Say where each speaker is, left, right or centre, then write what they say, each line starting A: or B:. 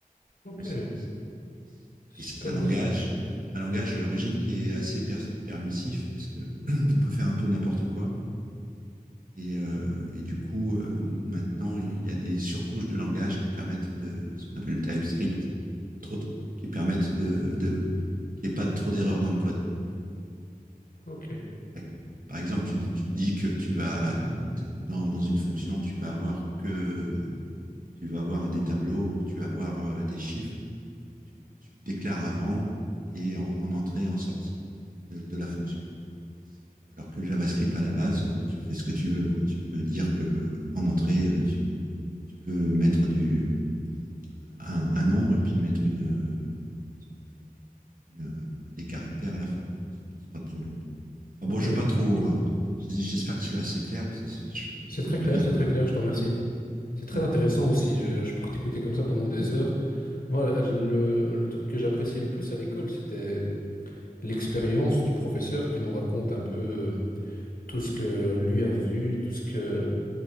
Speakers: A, on the left; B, on the right.
A: Ok,
B: Bon, c'est- c'est-
A: super
B: et c'est un langage,
A: intéressant.
B: un langage à l'origine qui est assez pers- permissif parce que <clears throat> on peut faire un peu n'importe quoi. Et, euh, et du coup, euh, maintenant, il y a des surcouches de langage qui permettent de, ce qu'on appelle le TypeScript, entre autres, qui permettent de, de qu'il n'y ait pas trop d'erreurs dans le code.
A: Ok,
B: Ouais. Par exemple, tu, tu dis que tu vas, dans, dans une fonction, tu vas avoir que, tu vas avoir des tableaux ou que tu vas avoir euh, des chiffres. Tu, tu le déclares avant et en, en entrée et en sortie de, de la fonction. Alors que le JavaScript, à la base, euh, tu fais ce que tu veux, quoi. Tu peux dire que en entrée, euh, tu, tu peux mettre du, un, un nombre et puis mettre une, ce qu'on appelle une, des caractères à la fin, quoi. Ça pose pas de problème. Enfin
A: ok.
B: bon, je veux pas trop, euh, j'espère que je suis assez clair, parce que c'est- je-
A: C'est
B: ça
A: très
B: peut
A: clair,
B: vite.
A: c'est très clair, je te remercie. C'est très
B: Ouais.
A: intéressant aussi, je, je pourrais t'écouter comme ça pendant des heures. Moi, le, le truc que j'appréciais le plus à l'école, c'était l'expérience du professeur qui nous raconte un peu euh, tout ce que lui a vu, tout ce que,